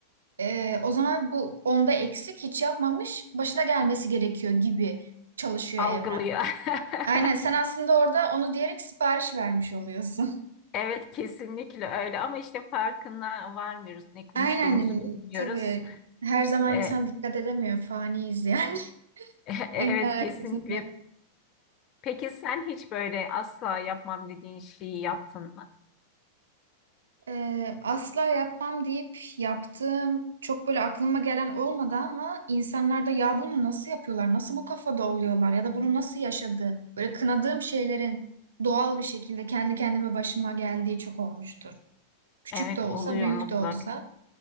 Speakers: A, on the right; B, on the left.
A: Ee, o zaman bu onda eksik hiç yapmamış başına gelmesi gerekiyor gibi çalışıyor
B: Algılıyor.
A: evren.
B: <laughs>
A: Aynen sen aslında orada onu diyerek sipariş vermiş oluyorsun.
B: Evet kesinlikle öyle ama işte farkına varmıyoruz. Ne konuştuğumuzu
A: Aynen
B: bilmiyoruz.
A: tabii her zaman
B: E,
A: insan dikkat edemiyor faniyiz yani
B: <laughs>
A: <laughs>
B: evet
A: en nihayetinde.
B: kesinlikle. Peki sen hiç böyle asla yapmam dediğin şeyi yaptın mı?
A: Ee, asla yapmam deyip yaptığım çok böyle aklıma gelen olmadı ama insanlarda ya bunu nasıl yapıyorlar, nasıl bu kafada oluyorlar ya da bunu nasıl yaşadı? Böyle kınadığım şeylerin doğal bir şekilde kendi kendime başıma geldiği çok olmuştur. Küçük
B: Evet
A: de olsa,
B: oluyor
A: büyük
B: mutlak.
A: de olsa.